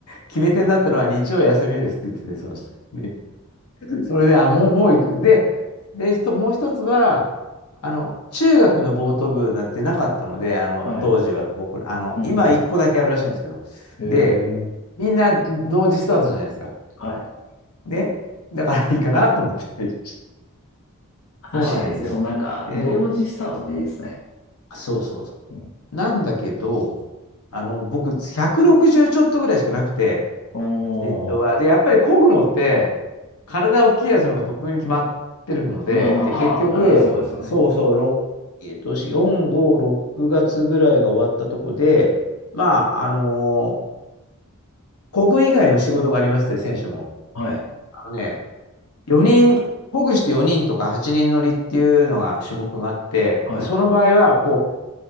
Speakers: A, on the left (about 85°); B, on the left (about 60°).
A: 決め手になったのは日曜休みですって言ってて、その、ね <laughs> それで、あ、もう、もう行く。で、で、ひともう一つは、あの、中学のボート部なんてなかったので、あの、
B: はい。
A: 当時は僕ら、あの、
B: うんうん。
A: 今一個だけあるらしいんですけど、
B: へえ。
A: で、みんな同時スタートじゃないですか。
B: はい。
A: ね。だからいいかなと思って入りました。そうなんですよ。
B: 確かに、そうなんか、
A: で、
B: 同時スタートっていいですね。
A: そうそうそ
B: うん。
A: う。なんだけど、あの、僕、160ちょっとぐらいしかなくて、
B: おお。
A: 身長が。で、やっぱり漕ぐのって、体を大きいやつの方が得意に決まってるので、
B: まあまあ、
A: で、
B: パワーとかね、
A: 結局、
B: そうですよね。
A: そうそう、6、えっと、4、5、6月ぐらいが終わったとこで、まあ、あのー漕ぐ以外の仕事がありまして、選手も。
B: はい。
A: あのね、4人、漕ぐして4人よにんとか8人乗りっていうのが種目があって、
B: はい。
A: その場合は、こ